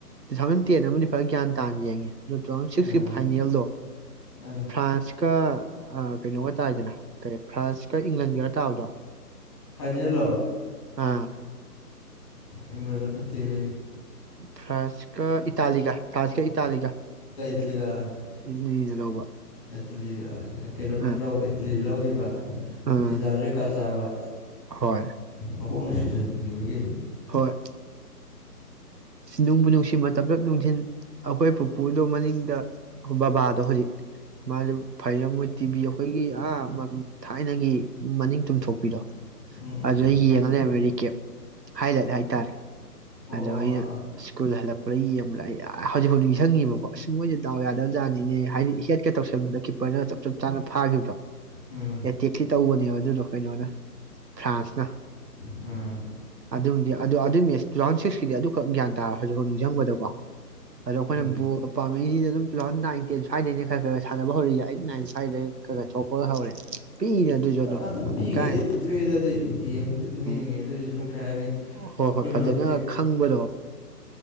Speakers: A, on the right (about 85°); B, in the centre.
A: ꯇꯨ ꯊꯥꯎꯖꯟ ꯇꯦꯟ ꯑꯃꯗꯤ ꯐꯔ ꯒ꯭ꯌꯥꯟ ꯇꯥꯅ ꯌꯦꯡꯉꯦ ꯇꯨ ꯊꯥꯎꯖꯟ ꯁꯤꯛꯁꯀꯤ
B: ꯑꯥ
A: ꯐꯥꯏꯅꯦꯜꯗꯣ
B: ꯑꯥ
A: ꯐ꯭ꯔꯥꯟꯁꯀ ꯀꯩꯅꯣꯒ ꯇꯥꯏꯗꯅ ꯀ ꯐ꯭ꯔꯥꯟꯁꯀ ꯏꯪꯂꯟꯒꯔ ꯇꯥꯕꯗꯣ
B: ꯐꯗꯤꯂꯣ
A: ꯑꯥ
B: ꯏꯪꯂꯪꯂꯠꯇ ꯍ
A: ꯐ꯭ꯔꯥꯟꯁ ꯀ ꯏꯇꯥꯂꯤ ꯀ ꯐ꯭ꯔꯥꯟꯁ ꯀ ꯏꯇꯥꯂꯤ ꯀ
B: ꯂꯤꯂꯒ
A: ꯅꯤꯅ ꯂꯧꯕ
B: ꯑꯦꯠ ꯀꯩꯅ
A: ꯑꯥ
B: ꯂ ꯏꯂꯤ ꯂ ꯈꯤꯕ
A: ꯑꯥ
B: ꯖꯤꯗꯥꯅꯦ ꯔꯦ ꯀ ꯆꯥꯎꯕ
A: ꯍꯣꯏ
B: ꯃꯀꯣꯛꯅ ꯁꯨꯖꯟꯈꯤꯕꯒꯤ
A: ꯍꯣꯏ ꯅꯨꯡꯕꯨ ꯅꯨꯡꯁꯤ ꯃꯇꯝ ꯆꯨꯞ ꯅꯨꯡꯊꯤꯟ ꯑꯩꯈꯣꯏ ꯄꯨꯄꯨꯗꯣ ꯃꯅꯤꯡꯗ ꯕꯕꯥꯗꯣ ꯍꯧꯖꯤꯛ ꯃꯥꯗ ꯐꯩꯅ ꯃꯣꯏ ꯇꯤꯕꯤ ꯑꯩꯈꯣꯏꯒꯤ ꯑꯥ ꯊꯥꯏꯅꯒꯤ ꯃꯅꯤꯡ ꯇꯨꯝꯊꯣꯛꯄꯤꯔꯣ
B: ꯎꯝ
A: ꯑꯗꯨ
B: ꯎꯝ
A: ꯑꯩ ꯌꯦꯡꯉ ꯂꯩꯔꯝꯃꯦ ꯔꯤꯀꯦꯞ ꯍꯥꯏ ꯂꯥꯏꯠ ꯍꯥꯏꯇꯥꯔꯦ
B: ꯑꯣ
A: ꯑꯗꯣ
B: ꯑꯣ
A: ꯑꯩꯅ
B: ꯑꯥ
A: ꯣꯏꯜ ꯍꯜꯂꯛꯄꯥ ꯌꯦꯡꯕ ꯑꯩ ꯍꯧꯖꯤꯛꯐꯖꯤꯛ ꯅꯤꯡꯁꯤꯡꯪꯉꯤꯕꯀꯣ ꯑꯁ ꯃꯣꯏꯗꯤ ꯗꯥꯎ ꯌꯥꯗꯕ ꯖꯥꯠꯅꯤꯅꯦ ꯍꯥꯏꯗꯤ ꯍꯦꯠꯀ ꯇꯧꯁꯟꯕꯗ ꯀꯤꯞꯄꯔꯅꯒ ꯆꯞ ꯆꯞ ꯆꯥꯅ ꯐꯥꯈꯤꯕꯗꯣ
B: ꯎꯝ
A: ꯑꯦꯇꯦꯛꯁꯤꯤ ꯇꯧꯕꯅꯦꯕ ꯑꯗꯨꯗꯣ ꯀꯩꯅꯣꯅ ꯐ꯭ꯔꯥꯟꯁꯅ
B: ꯎꯝ
A: ꯑꯗꯨꯕꯨꯗꯤ ꯑꯗꯣ ꯑꯗꯨꯒꯤ ꯃꯤꯁ ꯇꯨ ꯊꯥꯎꯖꯟ ꯁꯤꯛꯁꯀꯤꯗꯤ ꯑꯗꯨ ꯒ꯭ꯌꯥꯟ ꯇꯥꯔ ꯍꯧꯖꯤꯛꯐ ꯅꯤꯡꯁꯤꯡꯕꯗꯀꯣ ꯍꯥꯏ ꯑꯣꯈꯅ
B: ꯎꯝ
A: ꯄꯝ ꯑꯗꯨꯝ ꯇꯨ ꯊꯥꯎꯖꯟ ꯅꯥꯏꯟ ꯇꯦꯟ ꯁ꯭ꯋꯥꯏꯗꯗꯒꯤꯩꯅ ꯈꯔ ꯈꯔ ꯁꯥꯟꯅꯕ ꯍꯧꯔꯤꯁꯦ ꯑꯩꯠ ꯅꯥꯏꯟ ꯁ꯭ꯋꯥꯏꯗꯩ ꯈ ꯊꯣꯛꯄꯒ ꯍꯧꯔꯦ ꯄꯤꯛꯏꯅ ꯑꯗꯨꯁꯨ ꯑꯗꯨꯝ
B: ꯑ ꯄꯤꯛꯉꯩꯗꯤ
A: ꯀꯥꯏ
B: ꯊꯣꯛꯨꯏꯗ ꯑꯗꯨꯑꯣꯏꯗꯤ ꯌꯦꯡꯉꯗꯦ ꯑꯗꯨꯝ
A: ꯎꯝ
B: ꯌꯦꯡꯉꯤꯦ ꯑꯗꯨꯏ ꯁꯨꯝ ꯀꯩ ꯍꯥꯏꯅꯤ
A: ꯍꯣꯏ
B: ꯑꯩꯈꯣꯏꯅ
A: ꯍꯣꯏ ꯐꯖꯅ
B: ꯍꯧꯖꯤꯛ
A: ꯈꯪꯕꯗꯣ